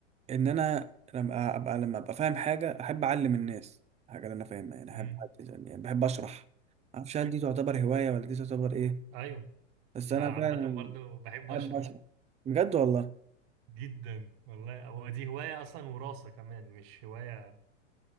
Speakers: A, on the right; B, on the right.
A: إن أنا لما أبقى لما أبقى فاهم حاجة أحب أعلم الناس الحاجة اللي أنا فاهمها يعني
B: مم.
A: أحب أعد- يعني بحب أشرح معرفش هل دي تعتبر هواية ولا دي تعتبر إيه
B: أيوه
A: بس
B: أنا
A: أنا
B: عامة
A: فعلا
B: برضو بحب
A: أحب
B: أشرح
A: أشرح بجد والله
B: جدا والله هو دي هواية أصلا وراثة كمان مش هواية